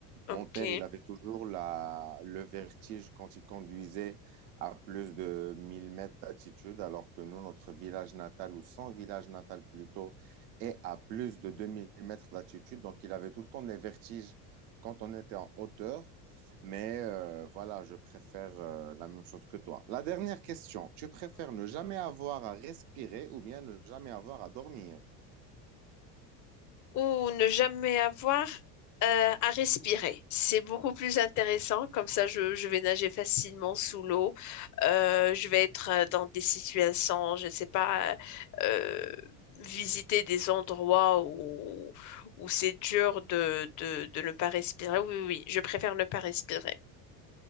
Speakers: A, on the left (about 40°); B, on the right (about 65°).
A: ok,
B: Mon père, il avait toujours la, le vertige quand il conduisait à plus de 1000 mètres d'altitude, alors que nous, notre village natal, ou son village natal plutôt, est à plus de 2000 mètres d'altitude. Donc, il avait tout le temps des vertiges quand on était en hauteur. Mais euh, voilà, je préfère euh, la même chose que toi. La dernière question, tu préfères ne jamais avoir à respirer ou bien ne jamais avoir à dormir?
A: ou ne jamais avoir euh, à respirer. C'est beaucoup plus intéressant. Comme ça, je, je vais nager facilement sous l'eau. Euh, je vais être euh, dans des situations, je ne sais pas, euh, visiter des endroits où, où c'est dur de, de, de ne pas respirer. Oui, oui, oui, je préfère ne pas respirer.